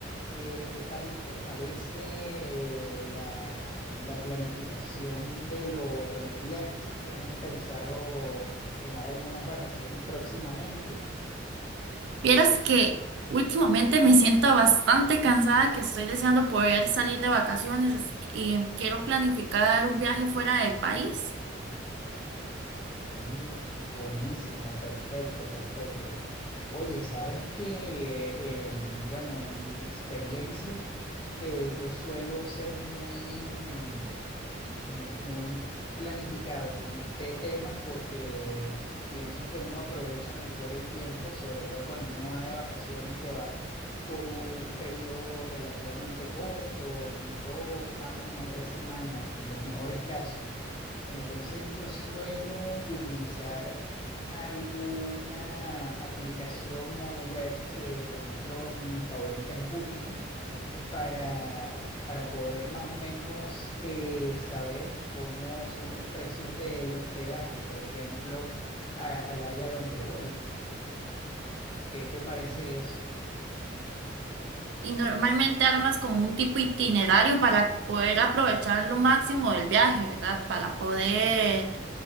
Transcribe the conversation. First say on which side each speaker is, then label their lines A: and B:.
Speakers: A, on the left (about 25°); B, on the right (about 60°).
A: ¿Qué, qué tal te parece eh, la, la planificación de lo, de los viajes? Si tienes pensado tomar algunas vacaciones próximamente.
B: Vieras que últimamente me siento bastante cansada, que estoy deseando poder salir de vacaciones y quiero planificar un viaje fuera del país.
A: Mm, buenísimo, perfecto, perfecto. Oye, sabes que, eh, bueno, en mi experiencia, eh, yo suelo ser muy, mm, mu- muy planificado con este tema porque pienso que uno aprovecha mejor el tiempo, sobre todo cuando uno va de vacaciones, que va por un periodo relativamente corto, mm, dos, máximo tres semanas, en los mejores casos. Entonces yo suelo utilizar alguna aplicación o web, eh, por ejemplo, mi favorita es Booking, para, para poder más o menos eh, saber cómo son los precios del hospedaje, por ejemplo, a- al área donde voy. ¿Qué te parece eso?
B: Y normalmente armas como un tipo itinerario para poder aprovechar lo máximo del viaje, ¿verdad? Para poder